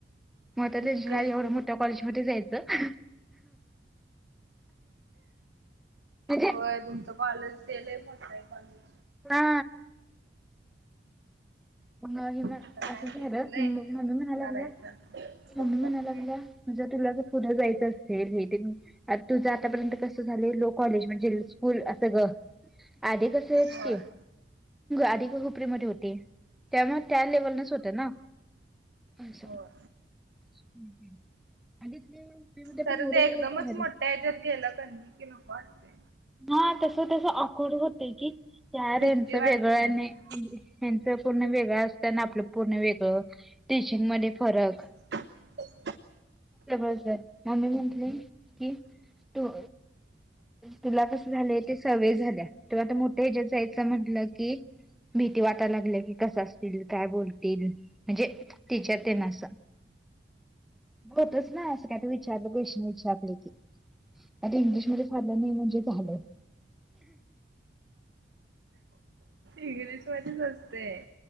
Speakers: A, in the centre; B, on the right.
A: म आता
B: म्हणजे
A: टेन्शन आय एवढं मो त्या कॉलेज मध्ये जायचं. म्हणजे
B: होय तुमचं कॉलेज ते लय मोठ आय कॉलेज.
A: ना. मग हीन असं
B: आता काय
A: झालं
B: घेतलंय
A: मग मम्मी म्हणा लागल्या
B: करायचं
A: मम्मी म्हणाय
B: हम्म
A: लागल्या जर तुला जर पुढ जायचं असेल हे ते तुझं आतापर्यंत कस झालं लो कॉलेज म्हणजे स्कूल असं ग आधी कस तेच
B: होय
A: की आदी खुपरी मध्ये होते. त्यामुळ त्या लेवलनच होत ना आस.
B: होय
A: <unintelligible>
B: खर
A: एवढं
B: ते एकदमच
A: भारी
B: मोठ्या हेच्यात गेलं क नई की नको असतंय.
A: हा तस तस अकोड होतय की यार
B: भीती
A: याचं
B: वाटते
A: वेगळ आणि
B: मग
A: हेनचं पूर्ण वेगळं असतंय आपलं पूर्ण वेगळं टीचिंगमध्ये फरक
B: <inaudible> <inaudible>
A: सगळ्य हाय मम्मी म्हटली कि तू तुला कस झालय ते सवय झाल्या तुला आ मोठ्या ह्याच्यात जायचं म्हटलं की, भीती वाटायला लागल्या की कसं असतील काय बोलतील म्हणजे टिचर तेन अस होतच ना असं काय ते विचारलं गोषन विचारलं की आता इंग्लिश मध्ये झालं नई म्हणजे झालं,
B: इंग्लिश मधीच असतय